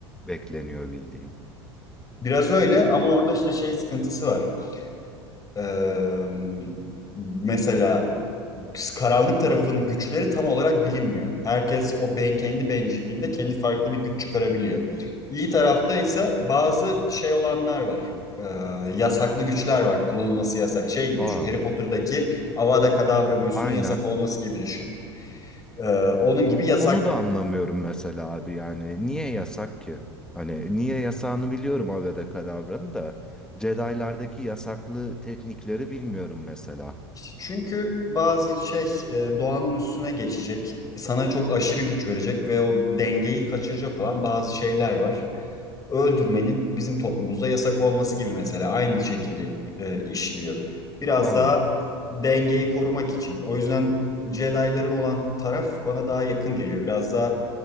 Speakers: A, in the centre; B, on the left.
A: bekleniyor bildiğin.
B: biraz öyle ama orada işte şey sıkıntısı var. E, mesela karanlık tarafın güçleri tam olarak bilinmiyor. Herkes o ben kendi bencilliğinde kendi farklı bir güç çıkarabiliyor. İyi tarafta ise bazı şey olanlar var. Ee, yasaklı güçler var. Kullanılması yasak. Şey gibi
A: Aa,
B: düşün. Harry Potter'daki Avada Kedavra büyüsünün
A: aynen.
B: yasak olması gibi düşün. Ee, onun gibi
A: O-
B: yasak.
A: Onu da anlamıyorum mesela abi yani. Niye yasak ki? Hani niye yasağını biliyorum Avada Kedavra'nın da. Jedi'lardaki yasaklı teknikleri bilmiyorum mesela.
B: İşte çünkü bazı şey e, doğanın üstüne geçecek. Sana çok aşırı güç verecek ve o dengeyi kaçıracak olan bazı şeyler var. öldürmenin bizim toplumumuzda yasak olması gibi mesela aynı şekilde e, işliyor. Biraz
A: Anladım.
B: daha dengeyi korumak için. O yüzden Jedi'ların olan taraf bana daha yakın geliyor. Biraz daha